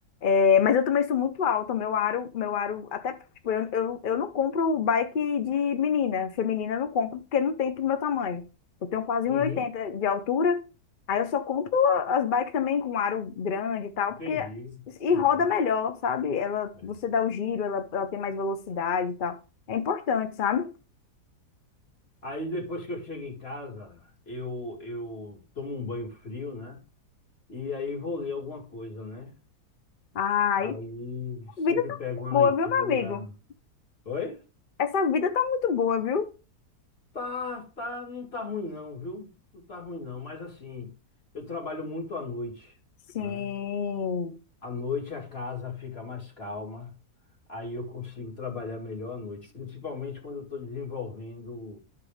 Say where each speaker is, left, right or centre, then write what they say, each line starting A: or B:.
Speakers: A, on the left; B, on the left.
A: É, mas eu também sou muito alta, meu aro, meu aro, até, tipo, eu, eu, eu não compro bike de menina, feminina eu não compro, porque não tem pro meu tamanho. Eu tenho quase
B: Uhum.
A: um e oitenta de altura, aí eu só compro as bikes também com aro grande e tal,
B: Entendi,
A: porque,
B: entendi.
A: e roda melhor, sabe? Ela,
B: É.
A: você dá o giro, ela, ela tem mais velocidade e tal. É importante, sabe?
B: Aí depois que eu chego em casa, eu, eu tomo um banho frio, né? E aí vou ler alguma coisa, né?
A: Ai,
B: Aí sempre
A: a vida tá
B: pego
A: muito
B: uma
A: boa,
B: leitura.
A: viu, meu amigo?
B: Oi?
A: Essa vida tá muito boa, viu?
B: Tá, tá, não tá ruim não, viu? Não tá ruim não, mas assim, eu trabalho muito à noite,
A: Sim,
B: né? À noite a casa fica mais calma, aí eu consigo trabalhar melhor à noite, principalmente quando eu estou desenvolvendo